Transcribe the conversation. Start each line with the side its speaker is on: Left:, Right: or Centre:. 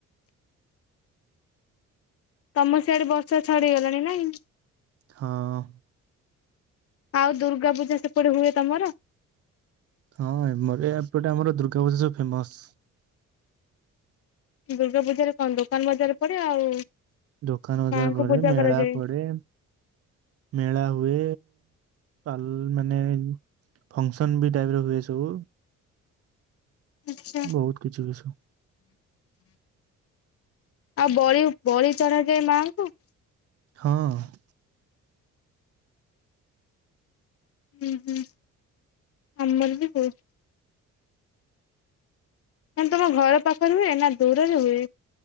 Left: ତମ ସିଆଡ଼େ ବର୍ଷା ଛାଡ଼ି ଗଲାଣି, ନାଇଁ?
Right: ହଁ।
Left: ଆଉ ଦୁର୍ଗା ପୂଜା ସେପଟେ ହୁଏ ତମର?
Right: ହଁ ଏମରି ଏପଟେ ଆମର ଦୁର୍ଗା ପୂଜା ସବୁ ଫେମସ୍।
Left: ଦୁର୍ଗା ପୂଜାରେ କଣ ଦୋକାନ ବଜାର ପଡେ ଆଉ
Right: ଦୋକାନ ବଜାର
Left: ମାଙ୍କୁ
Right: ପଡ଼େ
Left: ପୂଜା
Right: ମେଳା
Left: କରାଯାଏ
Right: ପଡ଼େ। ମେଳା ହୁଏ ପାଲ୍ ମାନେ ଫଙ୍କସନ୍ ବି ଟାଇପ୍ ର ହୁଏ ସବୁ।
Left: ଆଛା
Right: ବହୁତ କିଛି ହୁଏ ସବୁ।
Left: ଆଉ ବଳି ବଳି ଚଢ଼ା ଯାଏ ମାଙ୍କୁ?
Right: ହଁ।
Left: ହୁଁ ହୁଁ ଆମର ବି ହୁଏ। ନହେଲେ ତମ ଘର ପାଖରେ ହୁଏ ନା ଦୂରରେ ହୁଏ?